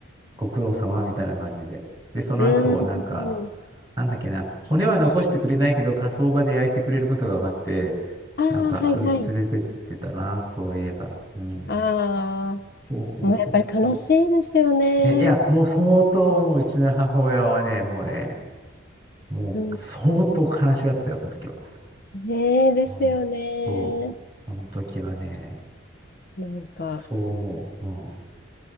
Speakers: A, on the right; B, on the left.
A: ご苦労様みたいな感じで。で、その後、
B: うん。
A: なんか、なんだっけな、骨は残してくれないけど、火葬場で焼いてくれることが分かって、
B: ああ、
A: なんか、
B: はいはい。
A: うん、連れてってたな、そういえば。うん。
B: ああ、
A: そうそうそうそう。
B: もうやっぱり悲しいですよね。
A: ね、いや、もう相当、もううちの母親はね、もうね、もう相当悲しがってたよ、
B: うん。
A: その時は。
B: ねえ、ですよね。
A: うん。そう。その時はね、
B: なんか
A: そう思う。うん。